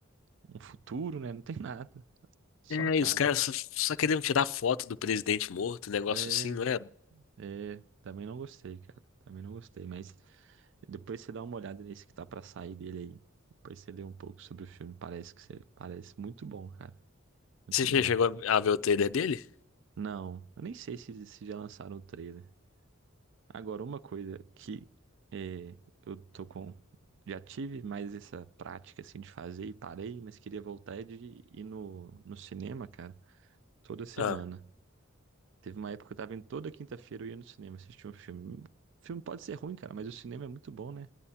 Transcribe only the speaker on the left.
É,
e os caras só, só queriam tirar foto do presidente morto, um negócio
assim, não era?
Você che-
chegou a ver o trailer dele?
Ah,